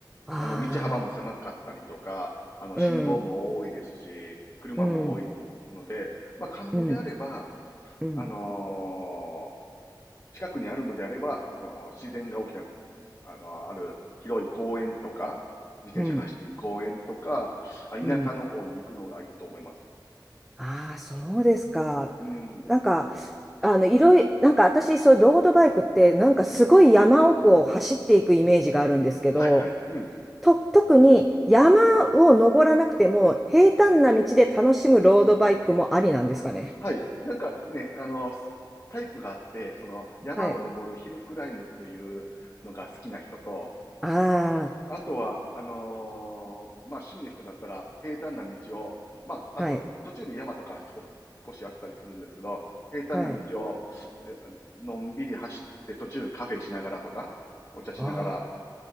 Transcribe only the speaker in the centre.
あ
あ、うん、
うん、
うん、うん、
うん、
うん。ああ、そうですか。
なんか、あの、いろいなんか私、そういうロードバイクって、なんかすごい山奥を走っていくイメージがあるんですけど、
と、特に山を登らなくても、平坦な道で楽しむロードバイクもありなんですかね。
はい。あ
あ、はい、
はい。
ああ、